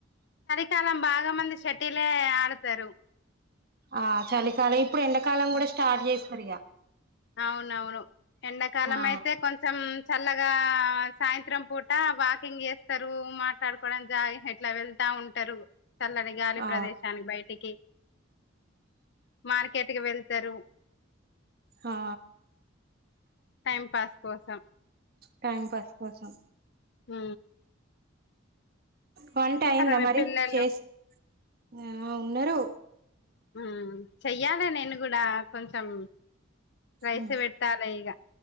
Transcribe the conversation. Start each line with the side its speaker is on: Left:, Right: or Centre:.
Left: చాలం బాగా మంది షటిలే ఆడుతారు
Right: ఆ చలికాలం ఇప్పుడు ఎండాకాలం కూడా స్టాట్ చేస్తారిగ
Left: అవునవును ఎండాకాలం
Right: ఆ
Left: అయితే కొంచెం చల్లగా సాయంత్రం పూట వాకింగ్ చేస్తారు మాట్లాడుకోవడం జాయ్ ఎట్లా వెళ్తా ఉంటారు చల్లని గాలి
Right: ఆ
Left: ప్రదేశానికి బయటికి మార్కెట్ కి వెళ్తరు
Right: హా
Left: టైం పాస్ కోసం
Right: టైం పాస్ కోసం
Left: ఊ
Right: వంట అయ్యిందా
Left: మీ
Right: మరి
Left: పిల్లలు
Right: చేస్ ఊ ఉన్నరు
Left: ఉమ్ చెయ్యాలా నేను కూడా కొంచెం రైసు
Right: ఉమ్
Left: పెట్టాలి ఇగ